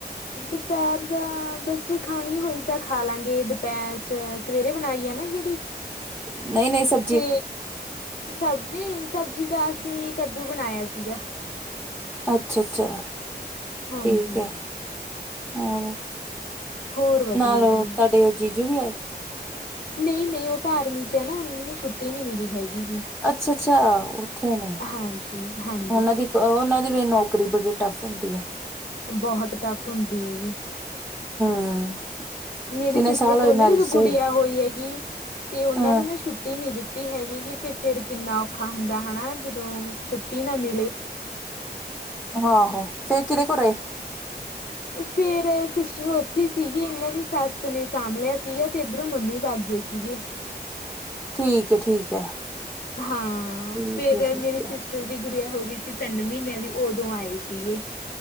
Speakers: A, on the left; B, in the centre.
A: ਦੁਪਹਿਰ ਦਾ ਦੱਸ ਜੇ ਖਾਣੀ ਹੋਈ ਤਾਂ ਖਾ ਲਾਂਗੇ ਦੁਪਹਿਰ ਸਵੇਰੇ ਬਣਾਈ ਆ ਨਾ ਜਿਹੜੀ।
B: ਨਹੀਂ ਨਹੀਂ ਸਰ
A: ਤੇ ਸਬਜੀ ਸਬਜੀ ਦਾ ਅਸੀਂ ਕੱਦੂ ਬਣਾਇਆ ਸੀਗਾ।
B: ਅੱਛਾ ਅੱਛਾ
A: ਹਾਂਜੀ।
B: ਠੀਕ ਹੈ ਹੋਰ।
A: ਹੋਰ ਵਧੀਆ
B: ਨਾਲ ਉਹ
A: ਜੀ,
B: ਤੁਹਾਡੇ ਉਹ ਜੀਜੂ ਵੀ ਆਏ।
A: ਨਹੀਂ ਨਹੀਂ ਉਹ ਤਾਂ ਆਰਮੀ ਚ ਹੈ ਨਾ ਉਹ ਨੂੰ ਛੁੱਟੀ ਨਹੀ ਮਿਲੀ ਹੈਗੀਗੀ।
B: ਅੱਛਾ ਅੱਛਾ ਉੱਥੇ ਨੇ
A: ਹਾਂਜੀ-ਹਾਂਜੀ,
B: ਉਹਨਾਂ ਦੀ ਉਹਨਾਂ ਦੀ ਵੀ ਨੌਕਰੀ ਬੜੀ ਟਫ ਹੁੰਦੀ ਹੈ।
A: ਬਹੁਤ ਟਫ ਹੁੰਦੀ ਹੈ ਜੀ।
B: ਹਮ।
A: ਮੇਰੀ
B: ਕਿੰਨੇ
A: ਸਿਸਟਰ
B: ਸਾਲ ਹੋਏ
A: ਕੋਲ
B: ਮੈਰਿਜ
A: ਨਾ ਜਦੋਂ
B: ਚ
A: ਗੁੜੀਆ
B: ਹੋਏ
A: ਹੋਈ ਹੈਗੀ ਤੇ ਉਹਨਾਂ
B: ਹਾਂ
A: ਨੂੰ ਨਾ ਛੁੱਟੀ ਨਹੀਂ ਦਿੱਤੀ। ਹੈਗੀਗੀ ਤੇ ਫਿਰ ਕਿੰਨਾ ਔਖਾ ਹੁੰਦਾ ਹੈਾ ਜਦੋਂ ਛੁੱਟੀ ਨਾ ਮਿਲੇ।
B: ਹਾਂ ਹੋ ਫਿਰ ਕਿਦੇ ਕੋਲ ਰਏ।
A: ਫੇਰ ਸਿਸਟਰ ਉੱਥੇ ਸੀਗੀ ਇਹਨਾਂ ਦੀ ਸੱਸ ਨੇ ਸਾਂਭ ਲਿਆ ਸੀਗਾ ਤੇ ਇੱਧਰੋਂ ਮੰਮੀ ਵ ਬਾਗੇਏ ਸੀਗੇ।
B: ਠੀਕ ਏ, ਠੀਕ ਹੈ।
A: ਹਾਂ,
B: ਠੀਕ
A: ਫੇਰ
B: ਹੈ ਠੀਕ
A: ਮੇਰੀ
B: ਹੈ
A: ਸਿਸ ਟਰ ਦੀ ਗੁੜੀਆ ਹੋ ਗਈ ਸੀ ਤਿੰਨ ਮਹੀਨਿਆਂ ਦੀ, ਉਦੋਂ ਆਏ ਸੀਗੇ।